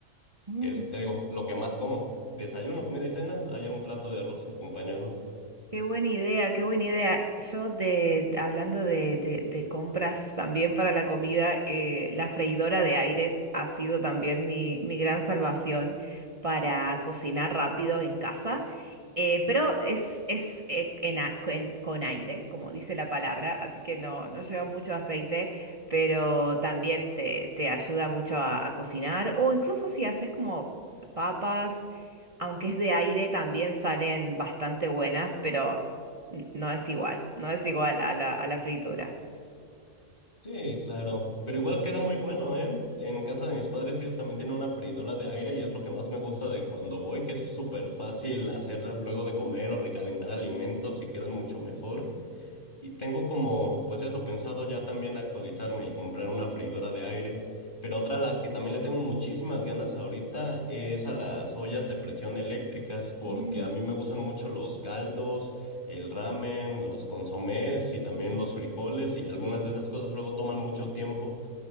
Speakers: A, on the right; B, on the left.
A: <laughs>
B: que es, te digo, lo que más como. Desayuno, comida y cena, haya un plato de arroz acompañado.
A: Qué buena idea, qué buena idea. Yo de, hablando de, de- de compras también para la comida, eh, la freidora de aire ha sido también mi, mi gran salvación para cocinar rápido en casa, Eh, pero es, es eh, en a- en- con aire, como dice la palabra, así que no, no lleva mucho aceite, pero también te, te ayuda mucho a, a cocinar o incluso si haces como... papas aunque es de aire, también salen bastante buenas, pero n- no es igual, no es igual a la, a la fritura.
B: Sí, claro. Pero igual queda muy bueno, ¿eh? En casa de mis padres ellos también tienen una freidora de aire y es lo que más me gusta de cuando voy, que es súper fácil hacerla luego de comer o recalentar alimentos y quedan mucho mejor. Y tengo como, pues eso, pensado ya también actualizarme y comprar una freidora de aire. Pero otra a la que también le tengo muchísimas ganas ahorita es a las ollas de presión eléctricas, porque
A: Mm.
B: a mí me gustan mucho los caldos, el ramen, los consomés y también los frijoles y algunas de esas cosas luego toman mucho tiempo